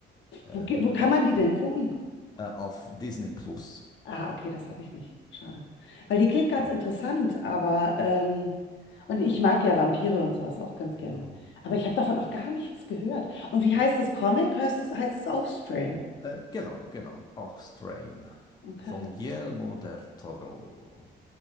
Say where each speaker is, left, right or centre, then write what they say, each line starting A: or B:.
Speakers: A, on the left; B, on the left.
A: äh,
B: Wo, ge- wo kann man die denn gucken?
A: äh, auf Disney Plus.
B: Ah, okay, das habe ich nicht. Schade. Weil die klingt ganz
A: Ja,
B: interessant, aber ähm, und ich mag ja Vampire und sowas auch ganz gerne.
A: genau.
B: Aber ich habe davon auch gar nichts gehört. Und wie heißt das Comic? Hörst das, heißt es auch Strain?
A: Äh, genau, genau. Auch Strain
B: Okay,
A: von Guillermo del Toro.